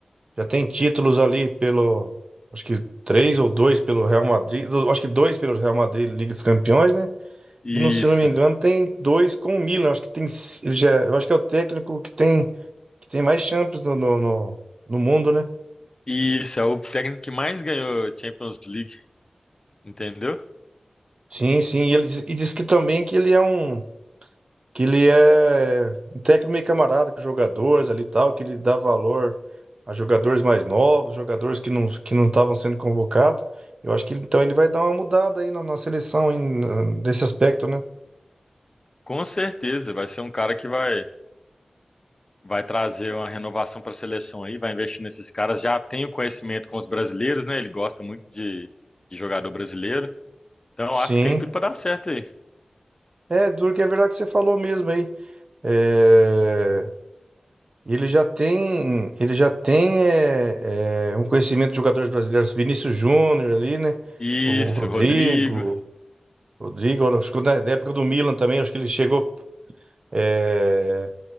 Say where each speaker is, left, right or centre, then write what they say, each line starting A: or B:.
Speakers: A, on the right; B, on the left.
A: já tem títulos ali pelo, acho que três ou dois pelo Real Madrid, do- acho que dois pelo Real Madrid, Liga dos Campeões, né?
B: Isso,
A: E não, se não me engano, tem dois com o Milan, acho que tem, ele já, eu acho que é o técnico que tem, que tem mais Champions no, no, no no mundo, né?
B: isso, é o técnico que mais ganhou Champions League, entendeu?
A: Sim, sim. E ele diz, e diz que também que ele é um que ele é um técnico meio camarada com os jogadores ali e tal, que ele dá valor a jogadores mais novos, jogadores que não que não estavam sendo convocados. Eu acho que ele- então ele vai dar uma mudada aí na, na seleção aí, na- nesse aspecto, né?
B: Com certeza, vai ser um cara que vai vai trazer uma renovação para a seleção aí, vai investir nesses caras. Já tem o conhecimento com os brasileiros, né? Ele gosta muito de, de jogador brasileiro. Então,
A: Sim.
B: acho que tem tudo para dar certo aí.
A: É, duro que é verdade que você falou mesmo aí. É, ele já tem, ele já tem é, é, um conhecimento de jogadores brasileiros, Vinícius Júnior ali, né?
B: Isso,
A: O Rodrigo.
B: Rodrigo.
A: Rodrigo, olha, acho que na na época do Milan também, acho que ele chegou é,